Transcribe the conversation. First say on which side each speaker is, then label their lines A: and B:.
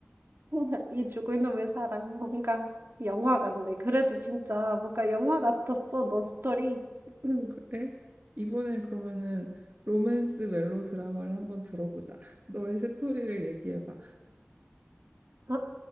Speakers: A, on the right; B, on the right.
A: <laughs> 이 죽을 놈의 사랑 뭔가 영화 같네. 그래도 진짜 뭔가 영화 같았어. 너 스토리. <clears throat>
B: 그래? 이번엔 그러면은 로맨스 멜로 드라마를 한번 들어보자. <laughs> 너의 스토리를 얘기해봐.
A: <clears throat>